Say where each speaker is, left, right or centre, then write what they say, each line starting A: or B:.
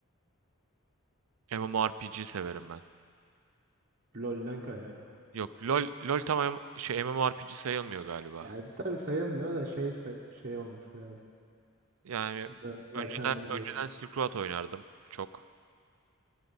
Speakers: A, on the right (about 75°); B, on the right (about 45°).
A: MMORPG severim ben.
B: LoL'den kaynaklı.
A: Yok LOL LOL tam M- şey MMORPG sayılmıyor galiba.
B: Yani tabii sayılmıyor da şey say- şey olması lazım.
A: Yani
B: Biraz daha
A: önceden
B: kendini
A: önceden
B: gel.
A: Silk Road oynardım çok.